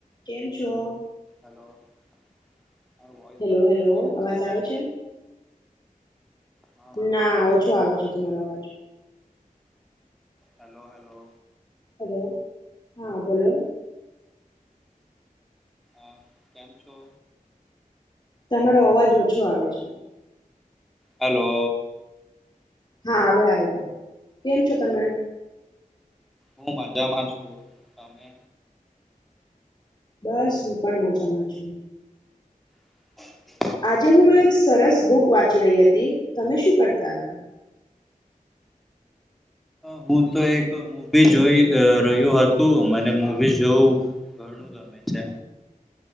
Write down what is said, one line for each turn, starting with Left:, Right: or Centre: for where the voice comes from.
Left: કેમ છો
Centre: <inaudible> voice
Left: hello hello
Centre: clear
Left: અવાજ આવે છે
Centre: હા મારું
Left: ના
Centre: વોઇસ ક્લિયર
Left: ઓછો આવે છે તમારો અવાજ
Centre: હેલો હેલો
Left: હલો હા બોલો
Centre: અ કેમ છો
Left: તમારો અવાજ ઓછો આવે છે.
Centre: હેલો
Left: હા હવે આવી ગયા કેમ છો તમે
Centre: હું મજામાં છું તમે
Left: બસ હું પણ મજામાં છું.
Centre: <inaudible>
Left: આજે હું એક સરસ બુક વાંચી રહી હતી‌ તમે શું કરતા હતા.
Centre: હું તો એક મુવી જોઈ અ રહ્યું હતું મને મવી જોવું ઘણું ગમે છે.